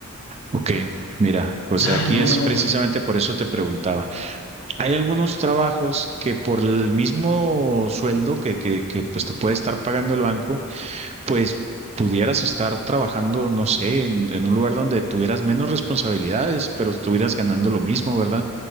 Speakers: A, on the right; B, on the left.
A: ok, mira, pues
B: Ay,
A: aquí
B: no,
A: es
B: no,
A: precisamente
B: no.
A: por eso te preguntaba. Hay algunos trabajos que por el mismo sueldo que, que, que pues te puede estar pagando el banco, pues pudieras estar trabajando, no sé, en en un lugar donde tuvieras menos responsabilidades, pero estuvieras ganando lo mismo, ¿verdad?